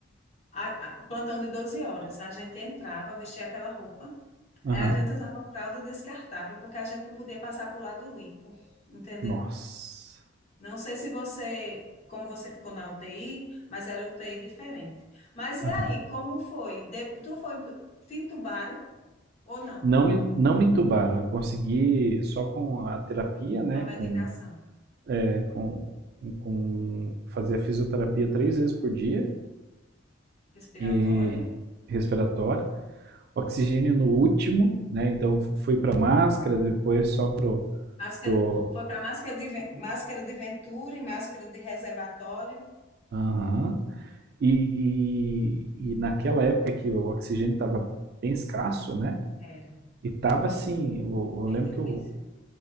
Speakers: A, on the left; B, on the right.
A: A, a- o plantão de 12 horas, a gente entrava, vestia aquela roupa, a
B: Aham.
A: gente usava fralda descartável, porque a gente não podia passar para o lado limpo, entendeu?
B: Nossa.
A: Não sei se você, como você ficou na UTI, mas era UTI diferente. Mas
B: Aham.
A: e aí, como foi? De- tu foi, te entubaram ou não?
B: Não, me, não me entubaram. Eu consegui só com a terapia, né?
A: Com a
B: Com
A: medicação
B: né, com, com fazia fisioterapia três vezes por dia
A: respiratória?
B: e respiratória, oxigênio no último, né? Então fui para máscara, depois só pro
A: Máscara,
B: pro
A: foi para máscara de, ven- máscara de Venturi, máscara de reservatório?
B: aham. E, e, e naquela época que o oxigênio estava bem escasso, né?
A: Era,
B: E tava assim, eu, eu
A: bem
B: lembro
A: difícil.
B: que o,